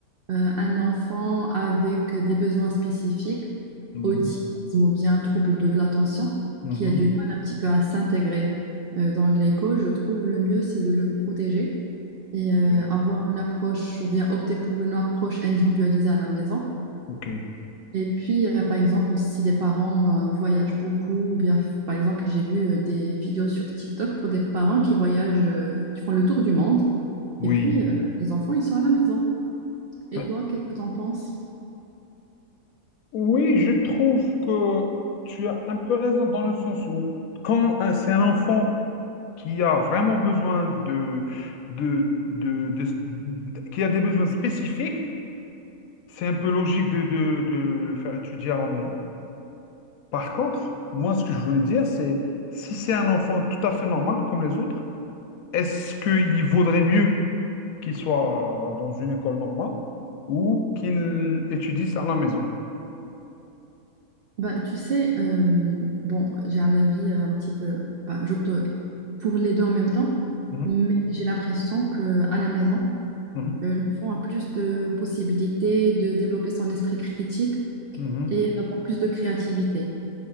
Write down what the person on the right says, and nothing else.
euh, un enfant avec des besoins spécifiques,
autisme ou bien trouble de l'attention,
qui a du mal un petit peu à s'intégrer euh, dans l'école, je trouve le mieux, c'est de le protéger et euh,
avoir une approche ou bien opter pour une approche individualisée à la maison.
Et puis, euh, par exemple, si les parents euh, voyagent beaucoup, ou bien, f- par exemple, j'ai vu euh, des vidéos sur TikTok pour des parents qui voyagent, euh, qui font le tour du monde,
et puis euh, les enfants, ils sont à la maison. Et
toi, qu'est-ce que t'en penses?
Bah, tu sais, euh, bon, j'ai un avis euh, un petit peu, bah, j'opte pour les deux en même temps,
mais j'ai l'impression que à la maison,
euh, l'enfant a plus de possibilités de développer son esprit critique
et d'avoir plus de créativité.